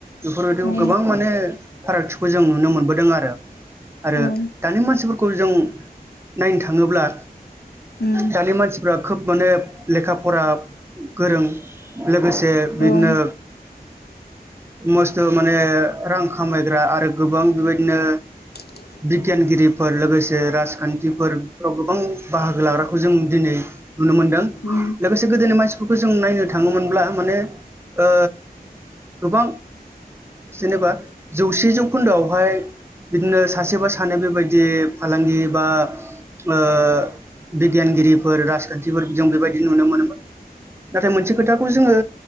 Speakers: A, on the right; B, on the left.
A: बेफोरबायदिखौ
B: औ
A: गोबां माने फारागथिखौ जों नुनो मोनबोदों आरो। आरो
B: औ
A: दानि मानसिफोरखौ जों नायनो थाङोब्ला
B: उम
A: दानि मानसिफ्रा खोब माने लेखा फरा गोरों। लोगोसे बिदिनो
B: औ
A: मस्थ' माने रां खामायग्रा आरो गोबां बेबायदिनो।
B: <inaudible>
A: बिगियानगिरिफोर लोगोसे राजखान्थिफोर बेफोराव गोबां बाहागो लाग्राखौ जों दिनै नुनो मोनदों।
B: औ औ
A: लोगोसे गोदोनि मानसिफोरखौ जों नायनो थाङोमोनब्ला माने ओ गोबां जेनेबा जौसे जौखोन्दोआवहाय नो सासेबा सानै बेबायदि फालांगि बा। ओ बिगियानगिरिफोर राजखान्थिफोर जों बेबायदि नुनो मोनोमोन। नाथाय मोनसे खोथाखौ जोङो।